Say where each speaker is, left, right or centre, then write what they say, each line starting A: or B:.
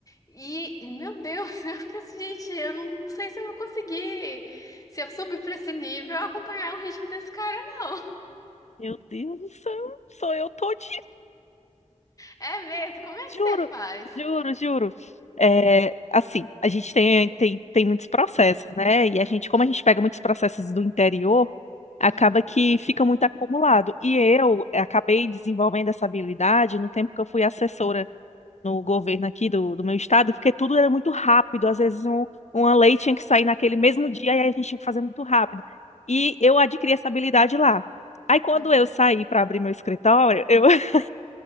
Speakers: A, on the left; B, on the left.
A: E, meu Deus, <laughs> eu fiquei assim, gente, eu não, não sei se eu vou conseguir, se eu subir pra esse nível, acompanhar o ritmo desse cara, não. <laughs>
B: Meu Deus do céu, sou eu todinha,
A: É mesmo? Como é que
B: juro,
A: você faz?
B: juro, juro. É, assim, a gente tem, tem, tem muitos processos, né? E a
A: Uhum,
B: gente, como a gente pega muitos processos do interior, acaba
A: uhum,
B: que fica muito acumulado. E eu acabei desenvolvendo essa habilidade no tempo que eu fui assessora no governo aqui do, do meu estado, porque tudo era muito rápido. Às vezes um, uma lei tinha que sair naquele mesmo dia e aí a gente tinha que fazer muito rápido. E eu adquiri essa habilidade lá. Aí quando
A: uhum.
B: eu saí para abrir meu escritório, eu, <laughs>